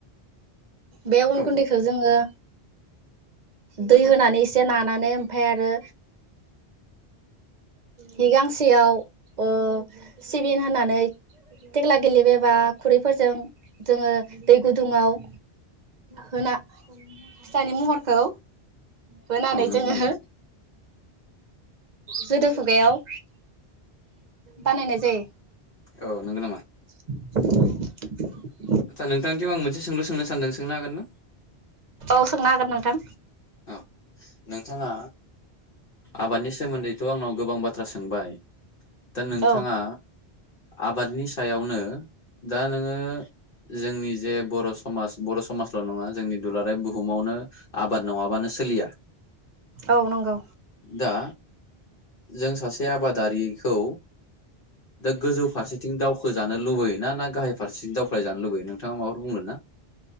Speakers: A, on the right; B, on the left.
A: बे अन
B: औ
A: गुन्दैखो ओ दै
B: नंगौ
A: होनानै एसे नानानै ओमफाय आरो हि गांसेयाव ओ सिबिन होनानै थेग्ला गेलिब एबा खुरैफोरजों जोङो दै गुदुङाव होना फिथानि महरखौ होनानै
B: औ नंगौ
A: जोङो
B: नामा
A: जोदो खुगायाव बानायनाय जायो।
B: औ नंगौ नामा?
A: <inaudible>
B: आदसा नोंथांनिथिं आं मोनसे सोंलु सोंनो सानदों सोंनो हागोन ना?
A: अ सोंनो हागोन नोंथां।
B: औ नोंथाङा आबादनि सोमोन्दैथ आंनाव गोबां बाथ्रा सोंबाय दा नोंथाङा
A: औ
B: आबादनि सायावनो दा नोङो जोंनि जे बर' समाज बर' समाजल नङा जोंनि दुलाराय बुहुमावनो आबाद नङाबानो सोलिया
A: औ नंगौ
B: दा जों सासे आबादारिखौ दा गोजौ फारसेथिं दावखोजानो लुबैयो ना ना गाहाय फारसेथिं दावख्लाय जानो लुबैयो नोंथाङा माबाफोर बुंनो ना